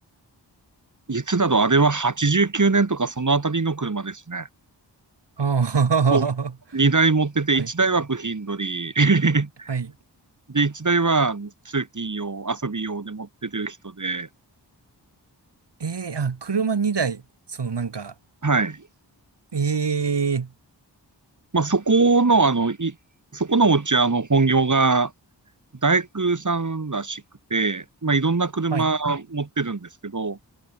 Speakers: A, on the right (about 45°); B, on the right (about 70°).
A: いつだろう、あれは89年とかそのあたりの車ですね。
B: ああ、<laughs>
A: を2台持ってて、1台は部品取り、
B: はい、
A: <laughs>
B: はい。
A: で、1台は通勤用、遊び用で持ってる人で、
B: ええあ、車2台、そのなんか、
A: はい。
B: ええ
A: まあ、そこの、あの、い、そこのお茶の本業が大工さんらしくて、まあ、いろんな車持ってるんですけど、
B: はい、